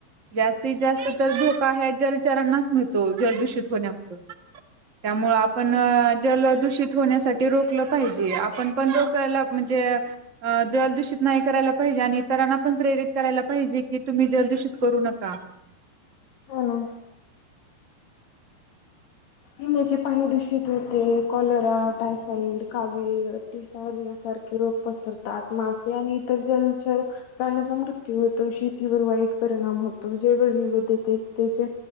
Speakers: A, on the right; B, on the left.
A: जास्तीत जास्त तर धोका ह्या जलचरांनाच मिळतो, जलदूषित होण्यामुळ त्यामुळ पण
B: हो
A: जल दूषित होण्यासाठी रोखलं पाहिजे. आपण पण रोकायला म्हणजे अ अ जलदूषित नाही करायला पाहिजे आणि इतरांना पण प्रेरित करायला पाहिजे की, तुम्ही जलदूषित करू नका.
B: ना पिण्याचे पाणी दूषित होते. कॉलरा, टायफाईड कावीळ, आतिसार यासारखे रोग पसरतात. मासे आणि इतर जलचर प्राण्याचा मृत्यू होतो. शेतीवर वाईट परिणाम होतो. जैवविविधतेचे